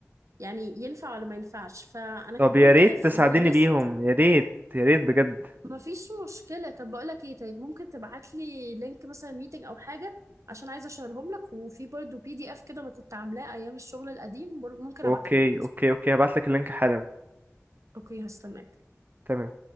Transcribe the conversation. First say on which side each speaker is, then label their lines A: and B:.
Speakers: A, on the right (about 70°); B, on the right (about 35°).
A: يعني ينفع ولا ما ينفعش فانا
B: طب
A: كاتباهم
B: يا ريت
A: كده في
B: تساعديني
A: زي ليست
B: بيهم يا ريت يا ريت بجد
A: مفيش مشكلة طب بقولك ايه طيب ممكن تبعتلي لينك مثلا ميتنج او حاجة عشان عايزة اشيرهم لك وفي برضه بي دي اف كده انا كنت عاملاه ايام الشغل القديم بر- ممكن
B: اوكي
A: ابعتهولك
B: اوكي اوكي هبعت لك اللينك حالا
A: اوكي هستناك
B: تمام